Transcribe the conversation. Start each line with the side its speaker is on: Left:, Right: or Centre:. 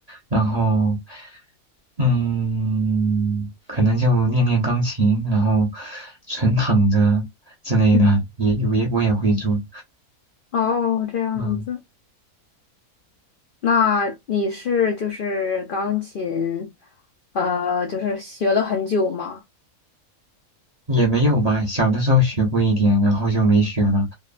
Right: 然后。嗯，可能就练练钢琴，然后纯躺着之类的，
Left: 嗯，
Right: 也我也我也会做。
Left: 哦，这样子。
Right: 嗯，
Left: 那你是就是钢琴，呃，就是学了很久吗？
Right: 也没有吧，小的时候学过一点，然后就没学了。